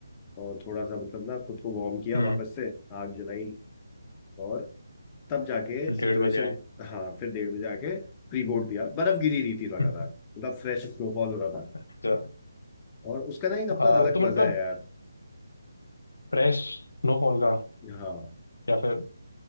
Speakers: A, on the left (about 20°); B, on the left (about 75°).
A: और थोड़ा सा मतलब ना खुद को वार्म किया
B: हम्म
A: वापस से आग जलाई और तब जाके
B: डेढ़
A: सिचुएशन
B: बजे आए
A: हाँ फिर डेढ़ बजे आके प्री बोर्ड दिया बर्फ गिरी रही थी लगातार
B: <laughs>
A: मतलब फ्रेश स्नोफॉल हो रहा था
B: अच्छा
A: और उसका ना एक अपना
B: आ,
A: अलग
B: तो मतलब
A: मजा है यार
B: फ्रेश स्नोफॉल का
A: हाँ
B: या फिर